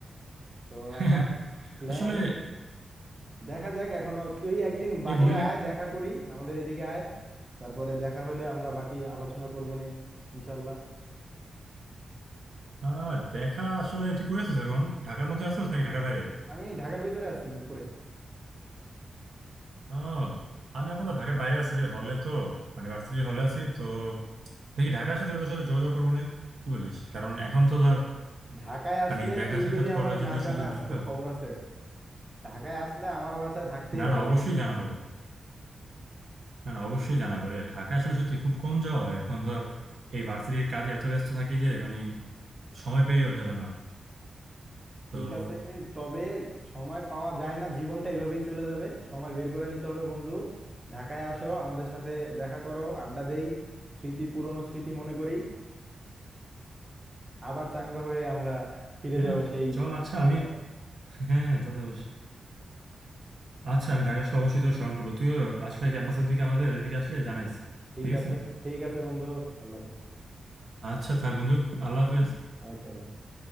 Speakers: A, on the right; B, on the right.
A: তো
B: <laughs>
A: আমার প্ল্যান
B: আসলে
A: দেখা যাক এখনো তুই একদিন বাইরে
B: এই বই লেখা
A: আয় দেখা করি আমাদের এদিকে আয় তারপরে দেখা হলে আমরা বাকি আলোচনা করবো নি ইনশাল্লাহ
B: আহ দেখা আসলে তুই কই আছিস এখন ঢাকার মধ্যে আছিস নাকি ঢাকার বাইরে
A: আমি ঢাকার ভিতরে আছি মিরপুরে
B: আহ আমি আপাতত ঢাকার বাইরে আছি রে হলে তো মানে ভার্সিটির হলে আছি তো দেখি ঢাকা আসলে তাহলে তোর সাথে যোগাযোগ করবো না কি বলিস কারণ এখন তো ধর
A: ঢাকায় আসলে
B: মানে দেখা
A: তুই
B: সাক্ষাৎ
A: যদি আমার
B: করার জন্যই
A: না জানাস
B: শুধু ঢাকা
A: তোর খবর আছে ঢাকায় আসলে আমার বাসায় থাকতেই
B: না
A: হবে
B: না অবশ্যই জানাবো না না অবশ্যই জানাবো রে ঢাকা আসলে সত্যি খুব কম যাওয়া হয় এখন ধর এই ভার্সিটির কাজে এত ব্যস্ত থাকি যে মানে সময় পেয়ে ওঠে না তো
A: ঠিক আছে তবে সময় পাওয়া যায় না জীবনটা এইভাবেই চলে যাবে সময় বের করে নিতে হবে বন্ধু ঢাকায় আসো আমাদের সাথে দেখা করো আড্ডা দেই স্মৃতি পুরনো স্মৃতি মনে করি আবার চাঙ্গা হয়ে আমরা ফিরে
B: হ্যাঁ
A: যাব সেই
B: চল আচ্ছা
A: ছোটবেলায়
B: আমি হ্যাঁ হ্যাঁ তা তো অবশ্যই। আচ্ছা আমি ঢাকা আসলে অবশ্যই তোর স্মরণ করবো তুইও আসলে ক্যাম্পাসের দিকে আমাদের এদিকে আসলে জানাইস
A: ঠিক
B: ঠিক আছে
A: আছে ঠিক আছে বন্ধু আল্লাহ হাফেজ
B: আচ্ছা থাক বন্ধু আল্লাহ হাফেজ
A: ওকে আল্লাহ হাফেজ।